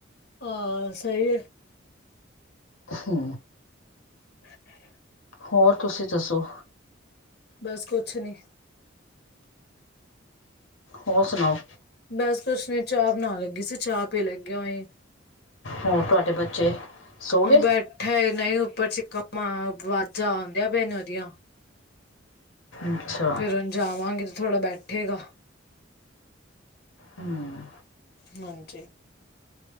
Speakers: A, on the left (about 55°); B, on the left (about 85°).
A: ਆ ਸਈ ਐ।
B: ਹੂੰ।
A: <inaudible>
B: ਹੋਰ ਤੁਸੀਂ ਦੱਸੋ?
A: ਬਸ ਕੁਛ ਨੀ।
B: ਹੋਰ ਸੁਣਾਓ?
A: ਬਸ ਕੁਛ ਨੀ ਚਾਹ ਬਣਾਨ ਲੱਗੀ ਸੀ ਚਾਹ ਪੀ ਲੱਗੀਂ <unintelligible>
B: ਹੋਰ ਤੁਹਾਡੇ ਬੱਚੇ? ਸੋ ਗਏ
A: ਬੈਠਾ ਏ ਜਈ ਉੱਪਰ ਚੀਕਾ ਮਾ ਵਾਜਾਂ ਆਂਦੀਆ ਪੀਆ ਨੇ ਓਦੀਆਂ।
B: ਅੱਛਾ
A: ਫਿਰਨ ਜਾਵਾਂਗੇ ਤੇ ਥੋੜਾ ਬੈਠੇਗਾ।
B: ਹੂੰ।
A: ਹਾਂਜੀ।